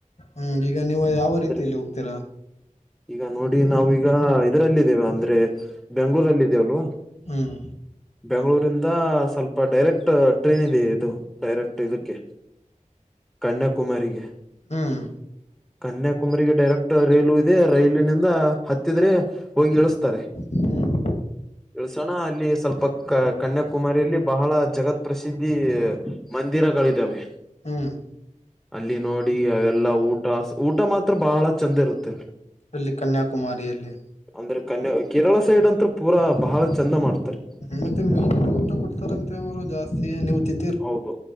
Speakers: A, on the left; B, in the centre.
A: ಹ್ಮ್ ಈಗ ನೀವು ಯಾವ
B: ಅಂದ್ರೆ
A: ರೀತಿಯಲ್ಲಿ ಹೋಗ್ತೀರಾ.
B: ಈಗ ನೋಡಿ ನಾವೀಗ ಇದರಲ್ಲ ಇದಿದ್ದೇವ ಅಂದ್ರೆ. ಬೆಂಗ್ಗಳೂರಲ್ಲಿ ಇದಲ್ವಾ.
A: ಹ್ಮ್
B: ಬೆಂಗಳೂರಿಂದ ಸ್ವಲ್ಪ ಡೈರೆಕ್ಟ್ ಟ್ರೈನ್ ಇದೆ ಇದು. ಡೈರೆಕ್ಟ್ ಇದಕ್ಕೆ ಕನ್ಯಾಕುಮಾರಿಗೆ.
A: ಹ್ಮ್
B: ಕನ್ಯಾಕುಮಾರ ಡೈರೆಕ್ಟ್ ರೈಲು ಇದೆ ರೈಲಿನಿಂದ. ಹತ್ತಿದ್ರೆ ಹೋಗಿ ಇಳಿಸತಾರೆ.
A: ಹ್ಮ್
B: ಎಳ್ಸೋಣ ಅಲ್ಲಿ ಸ್ವಲ್ಪ ಕ ಕನ್ಯಾಕುಮಾರಿಯಲ್ಲಿ ಬಹಳ ಜಗತ್ ಪ್ರಸಿದ್ಧಿ. ಮಂದಿರಗಳಿದ್ದಾವೆ.
A: <inaudible>
B: ಅಲ್ಲಿ ನೋಡಿ ಅವೆಲ್ಲಾ ಊಟ ಊಟ ಮಾತ್ರ ಬಹಳ ಚೆಂದ ಇರುತ್ತೆ.
A: ಅಲ್ಲಿ ಕನ್ಯಾಕುಮಾರಿಯಲ್ಲಿ.
B: ಅಂದ್ರೆ ಕನ್ಯ ಕೇರಳ ಸೈಡ್ ಅಂತ ಪೂರಾ ಬಹಳ ಚಂದ ಮಾಡ್ತಾರೆ.
A: ಮತ್ತೆ ಮೀನಿನ ಊಟ ಕೊಡ್ತಾರಂತೆವರು ಜಾಸ್ತಿ ನೀವು ತಿ.
B: ಹೌದು